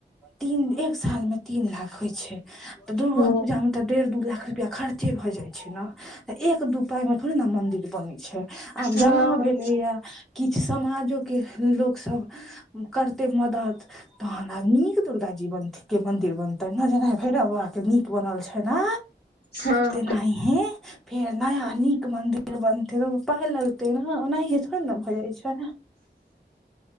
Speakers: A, in the centre; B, on the left.
A: तीन एक सालमे तीन लाख होइ छै तऽ दुर्गा
B: हँ
A: पूजामे तऽ डेढ़ दू लाख रुपआ खर्चे भऽ जाइ छै ने तऽ एक दू पााय मे थोड़े ने मंदिर बनै छै आब
B: हँ
A: जमा भेलैएा किछु समाजो के लोक सब करते मदत तहन आ नीक दुर्गा जी बन के मन्दिर बनतै ने जेना भेरब बाबाके नीक बनल छै ने
B: हँ
A: तेनाहि हें फेर नया नीक मंन्दिर बनते त पाय लगते न ओनाे न्द भऽ जाइ छै